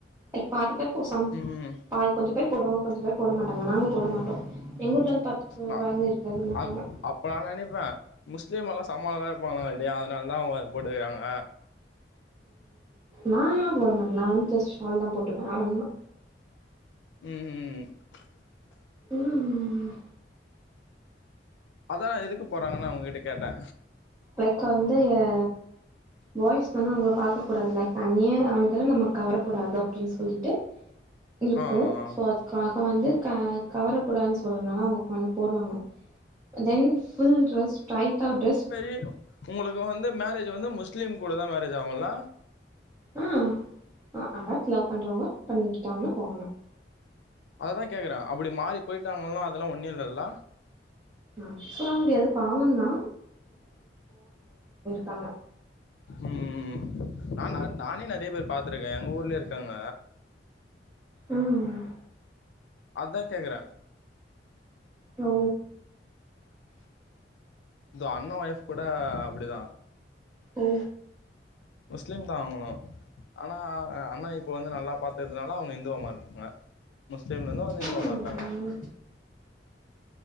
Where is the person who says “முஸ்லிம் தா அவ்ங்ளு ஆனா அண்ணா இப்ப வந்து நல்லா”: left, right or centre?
Left